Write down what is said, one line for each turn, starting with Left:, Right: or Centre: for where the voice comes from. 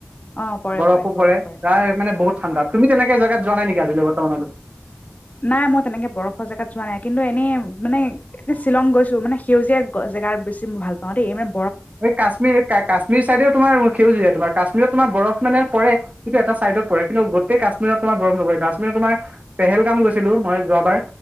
Left: অ' পৰে
Right: বৰফো
Left: বৰফ
Right: পৰে তাৰ মানে বহুত ঠাণ্ডাত। তুমি তেনেকে জেগাত যোৱা নাই নেকি, আজিলে বৰ্তমানলৈ?
Left: নাই মই তেনেকে বৰফৰ জেগাত যোৱা নাই কিন্তু এনেই মানে এ' শ্বিলং গৈছোঁ মানে সেউজীয়া জেগাৰ বেছি মই ভাল পাওঁ দেই মান
Right: এই কাশ্মীৰ কা-কাশ্মীৰ ছাইডেও তোমাৰ সেউজীয়া তোমাৰ। কাশ্মীৰত তোমাৰ বৰফ মানে পৰে, কিন্তু এটা ছাইডত পৰে কিন্তু গোটেই কাশ্মীৰত তোমাৰ বৰফ নপৰে। কাশ্মীৰত তোমাৰ পেহেল গাম গৈছিলোঁ মই যোৱাবাৰ।